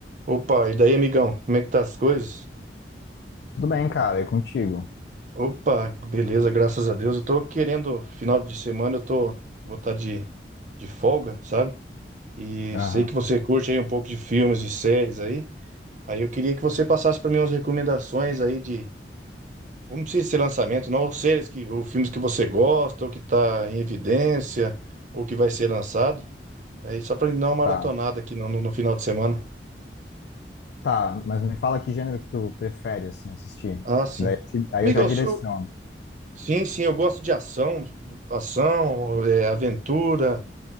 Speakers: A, on the right (about 45°); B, on the left (about 65°).
A: Opa, e daí, amigão? Como é que tá as coisas?
B: Tudo bem, cara, é contigo.
A: Opa, beleza, graças a Deus. Eu tô querendo, final de semana, eu tô, vou estar de, de folga, sabe? E
B: Aham,
A: sei que você curte aí um pouco de filmes e séries aí. Aí eu queria que você passasse para mim umas recomendações aí de, não precisa ser lançamento, não, séries que, ou filmes que você gosta, ou que tá em evidência, ou que vai ser lançado. Aí só para dar uma maratonada
B: tá.
A: aqui no, no, no final de semana.
B: Tá, mas me fala que gênero que tu prefere, assim, assistir.
A: Ah, sim.
B: Que daí, eu te- aí
A: Amigos,
B: eu já direciono.
A: Sim, sim, eu gosto de ação, ação, é, aventura,